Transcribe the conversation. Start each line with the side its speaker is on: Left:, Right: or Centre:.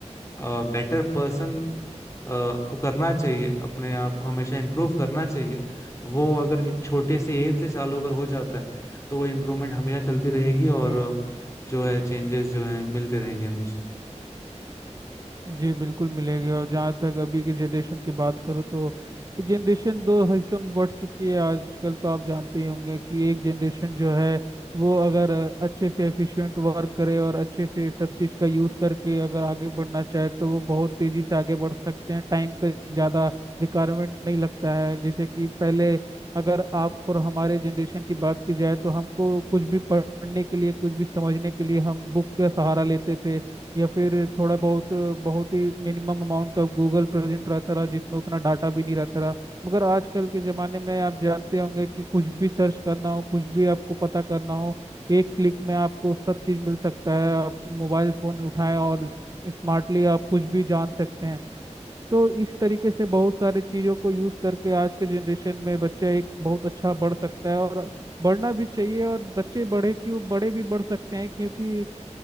Left: बेटर पर्सन अ, को करना चाहिए अपने आप को हमेशा इम्प्रूव करना चाहिए वो अगर एक छोटे से एज से चालू अगर हो जाता है तो वो इम्प्रूवमेंट हमेशा चलती रहेगी और
Right: जी
Left: अ, जो है चेंजेस जो है मिलते रहेंगे हमेशा
Right: जी बिल्कुल मिलेगी और जहाँ तक अभी की जनरेशन की बात करो तो जनरेशन दो हिस्सों में बढ़ चुकी है आजकल तो आप जानते ही होंगे कि एक जनरेशन जो है वो अगर अच्छे से एफिशिएंट वर्क करे और अच्छे से सब चीज़ का यूज़ करके अगर आगे बढ़ना चाहे तो वो बहुत तेज़ी से आगे बढ़ सकते हैं टाइम का ज़्यादा रिक्वायरमेंट नहीं लगता है जैसे कि पहले अगर आप और हमारे जनरेशन की बात की जाए तो हमको कुछ भी पढ़ने के लिए कुछ भी समझने के लिए हम बुक का सहारा लेते थे या फिर थोड़ा बहुत बहुत ही minimum amount of Google present रहता रहा जिसमें उतना डाटा भी नहीं रहता रहा मगर आजकल के ज़माने में आप जानते होंगे कि कुछ भी सर्च करना हो कुछ भी आपको पता करना हो एक क्लिक में आपको सब चीज़ मिल सकता है आप मोबाइल फ़ोन उठाएं और स्मार्टली आप कुछ भी जान सकते हैं तो इस तरीके से बहुत सारे चीज़ों को यूज़ करके आज के जनरेशन में बच्चा एक बहुत अच्छा बढ़ सकता है और बढ़ना भी चाहिए और बच्चे बढ़े क्यों बड़े भी बढ़ सकते हैं क्योंकि अ,